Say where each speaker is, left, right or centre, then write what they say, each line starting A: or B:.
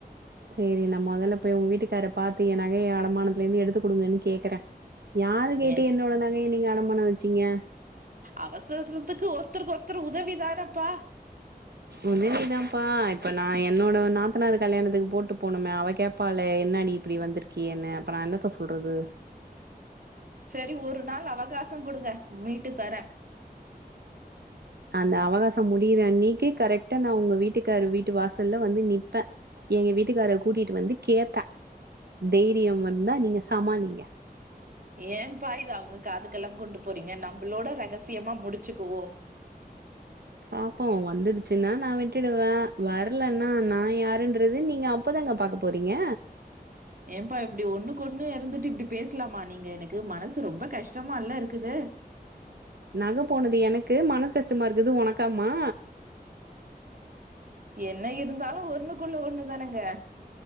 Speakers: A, on the right; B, on the right.
A: சரி நான் முதல்ல போய் உங்க வீட்டுக்கார பா்த்து என் நகைய அடமானத்துல இருந்து எடுத்து கொடுங்கன்னு கேக்குறேன் யாரு கேட்டு
B: ஏ
A: என்னோட நகையை நீங்க அடமானம் வச்சு சிங்க
B: அவசரத்துக்கு ஒருத்தருக்கு ஒருத்தர் உதவி தானப்பா
A: உதவிதான்ப்பா இப்ப நான் என்னோட நாத்தனார் கல்யாணத்துக்கு போட்டு போனுமே அவ கேட்பாலே என்னாண்ணி இப்படி வந்திருக்கியேன்னு அப்ப நான் என்னத்த சொல்றது
B: சரி ஒரு நாள் அவகாசம் கொடுங்க மீட்டு தரேன்
A: அந்த அவகாசம் முடிற அன்னிக்கு கரெக்டா நான் உங்க வீட்டுக்கார் வீட்டு வாசல்ல வந்து நிப்பன் எங்க வீட்டுக்கார கூட்டிட்டு வந்து கேட்பேன் தைரியம் வந்தா நீங்க சமாளிங்க
B: ஏன்ப்பா இதா அவங்க காதுக்கெல்லா கொண்டு போறீங்க நம்மளோட ரகசியமா முடிச்சுக்குவோ
A: பாப்போ வந்துடுச்சுன்னா நா விட்டுடுவே வரலன்னா நா யாருன்றது நீங்க அப்ப தாங்க பாக்க போறீங்க
B: ஏன்ப்பா இப்டி ஒண்ணுக்கு ஒண்ணு இருந்துட்டு இப்டி பேசலாமா நீங்க, எனக்கு மனசு ரொம்ப கஷ்டமா இல்ல இருக்குது
A: நகை போனது எனக்கு மனசு கஷ்டமா இருக்றது உனக்காமா
B: என்ன இருந்தாலு ஒண்ணுக்குள்ள ஒண்ணுதானங்க